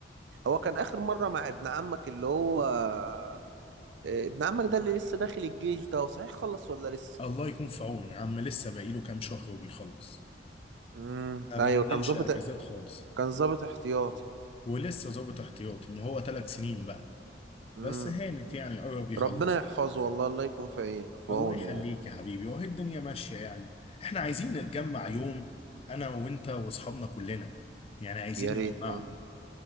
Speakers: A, on the right; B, on the left.
A: هو كان اخر مره مع ابن عمك اللي هو آه، ابن عمك ده اللي لسه داخل الجيش ده هو صحيح خلص ولا لسه
B: الله يكون في عونه يا عم لسه باقيله كام شهر وبيخلص
A: امم
B: ما بينزلش
A: ايوه كان ظابط
B: اجازات خالص
A: كان ظابط احتياطي
B: ولسه ظابط احتياطي ما هو ثلاث سنين بقى
A: امم
B: بس هانت يعني قرب يخلص
A: ربنا يحفظه والله الله يكون في عي- في
B: الله
A: عونه
B: يخليك
A: يعني
B: يا حبيبي وهي الدنيا ماشيه يعني احنا عايزين نتجمع يوم انا وانت واصحابنا كلنا يعني عايزين
A: يا ريت
B: نجمعهم